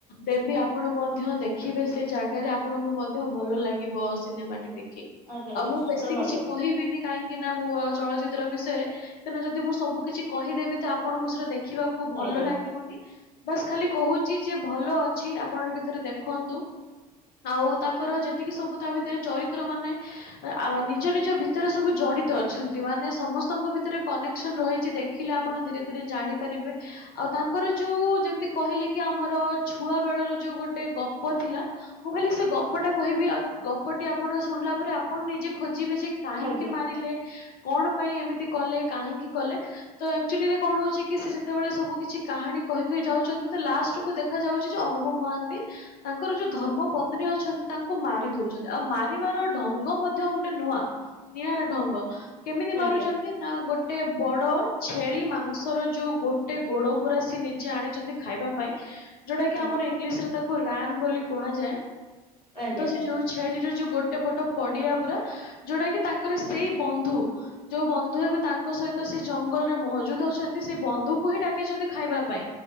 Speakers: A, on the left; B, on the left.
A: ଦେବୀ ଆପଣ ମଧ୍ୟ ଦେଖିବେ ସେଇ ଜାଗାରେ ଆପଣଙ୍କୁ ମ ଧ୍ୟ ଭଲ ଲାଗିବ ସିନେମା ଟି ଦେଖି
B: ଆଜ୍ଞା
A: ଆଉ
B: ନିଶ୍ଚିତ
A: ମୁଁ ବେଶୀ
B: ଭାବରେ
A: କିଛି କହିବିନି କାହିଁକି ନା ମୁଁ ଚଳଚିତ୍ର ବିଷୟରେ କାହିଁକି ନା ଯଦି ମୁଁ ସବୁ କିଛି କହିଦେବି ତ ଆପଣଙ୍କୁ ସେଇଟା ଦେଖ ଦେଖିବାକୁ ଭଲ
B: ଆଜ୍ଞା
A: ଲାଗିବନି ବାସ୍ ଖାଲି କହୁଛି ଯେ ଭଲ ଅଛି ଆପଣ ଏବେ ଥରେ ଦେଖନ୍ତୁ ଆଉ ତାଙ୍କର ଯେତିକି ସବୁ ତା ଭିତରେ ଚରିତ୍ର ମାନେ ନିଜ ନିଜ ଭିତରେ ସବୁ ଜଡିତ ଅଛନ୍ତି। ମାନେ ସମସ୍ତଙ୍କ ଭିତରେ କନେକସନ ରହିଛି ଦେଖିଲେ ଆପଣ ଧୀରେ ଧୀରେ ଜାଣି ପାରିବେ ଆଉ ତାଙ୍କର। ଆଉ ଯେମତି କହିଲି କି ଆମର ଛୁଆ ବେଳର ଯୋଉ ଗୋଟେ ଗପ ଥିଲା ମୁଁ ଖାଲି ସେ ଗ ପଟା କହିବି ଆଉ ଗପଟି ଆପଣ ଶୁଣିଲା ପରେ ଆପଣ ନିଜେ ଖୋ ଯିବେ ଯେ କାହିଁକି
B: ଆଜ୍ଞା
A: ମାରିଲେ କଣ ପାଇଁ ଏମିତି କଲେ କାହିଁକି କଲେ ତ ଆକଚୁଆଲିରେ କଣ ହଉଛି ଯେତେବେଳେ ସବୁ କିଛି କାହାଣୀ କହି କହି ଯାଉଛନ୍ତି ତ ଲାଷ୍ଟକୁ ଦେଖାଯାଉଛି ଯେ ଅନୁଭବ ମହାନ୍ତି ତାଙ୍କର ଯୋଉ ଧର୍ମ ପତ୍ନୀ ଅଛନ୍ତି ତାଙ୍କୁ ମାରି ଦଉଛନ୍ତି ଆଉ ମାରିବାର ଢଙ୍ଗ ମଧ୍ୟ ଗୋଟେ ନୂଆ ନିଆରା ଢଙ୍ଗ। କେମିତି ମାରୁଛନ୍ତି
B: ଆଜ୍ଞା
A: ନା ଗୋଟେ ବ ଡ଼ ଛେଳି ମାଂସର ଯୋଉ ଗୋଟେ ଗୋଡ ପୁରା ସେ ନିଜେ ଆଣିଛନ୍ତି ଖାଇବା ପାଇଁ ଯୋଉଟା କି
B: ଆଜ୍ଞା
A: ଆମର ଇଂଲିଶରେ ତାକୁ ରାନ୍ ବୋଲି କୁହାଯାଏତ
B: ଆଜ୍ଞା
A: ସେ ଯୋଉ ଛେଳି ଯୋଉ ଗୋଟେ ପଟ ଫଡିଆ ପୁରା ଯୋଉଟା କି ତାଙ୍କର ସେଇ ବନ୍ଧୁ ଯୋଉ ବନ୍ଧୁ ଏବେ ତା ଙ୍କ ସହିତ ସେ ଜଙ୍ଗଲରେ ମହଜୁଦ ଅଛନ୍ତି ସେ ବନ୍ଧୁକୁ ହିଁ ଡାକିଛନ୍ତି ଖାଇବା ପାଇଁ